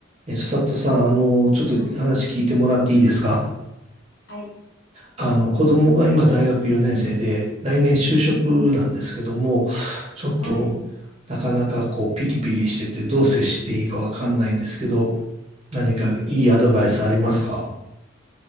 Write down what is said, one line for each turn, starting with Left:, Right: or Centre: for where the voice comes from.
Right: えっと、佐藤さん、あの、ちょっと話聞いてもらっていいですか
Left: はい。はい。
Right: あの、子供が今大学4年生で、来年就職なんですけども、
Left: うん。
Right: ちょっと、
Left: はい。
Right: なかなかこう、ピリピリしてて、どう接していいかわかんないんですけど、何かいいアドバイスありますか
Left: ピリ、